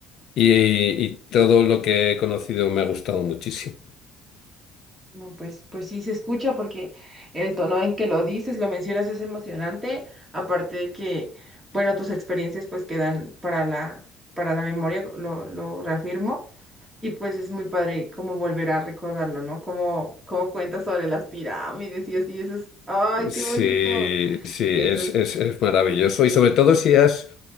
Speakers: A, on the left; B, in the centre.
A: y, y todo lo que he conocido me ha gustado muchísimo.
B: No, pues, pues sí se escucha porque el tono en que lo dices, lo mencionas es emocionante, aparte de que, bueno, tus experiencias pues quedan para la, para la memoria, lo, lo reafirmo. Y pues es muy padre como volver a recordarlo, ¿no? Como, como cuenta sobre las pirámides y así, eso es, ¡ay, qué
A: Sí,
B: bonito!
A: sí, es,
B: Eso es,
A: es, es maravilloso. Y sobre todo si has...